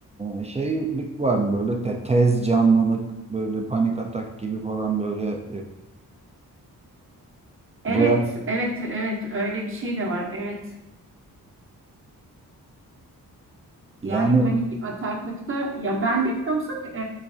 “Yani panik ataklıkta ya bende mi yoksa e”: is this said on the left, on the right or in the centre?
Right